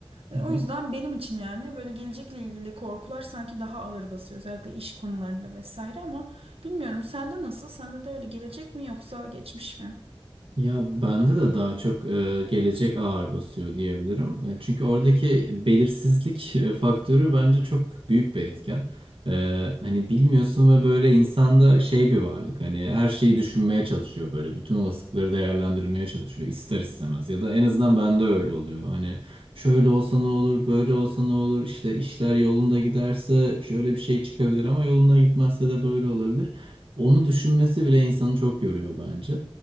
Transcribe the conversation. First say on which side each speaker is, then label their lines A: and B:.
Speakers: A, on the right; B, on the right.
A: E,
B: hı hı.
A: o yüzden benim için yani böyle gelecekle ilgili korkular sanki daha ağır basıyor. Özellikle iş konularında vesaire ama bilmiyorum sende nasıl? Sende de öyle gelecek mi yoksa geçmiş mi?
B: Ya bende de daha çok e, gelecek ağır basıyor diyebilirim. E, çünkü oradaki belirsizlik e, faktörü bence çok büyük bir etken. E, hani bilmiyorsun ve böyle insanda şey bir varlık hani her şeyi düşünmeye çalışıyor böyle bütün olasılıkları değerlendirmeye çalışıyor ister istemez ya da en azından bende öyle oluyor. Hani şöyle olsa ne olur, böyle olsa ne olur, işte işler yolunda giderse şöyle bir şey çıkabilir ama yolunda gitmezse de böyle olabilir. Onu düşünmesi bile insanı çok yoruyor bence.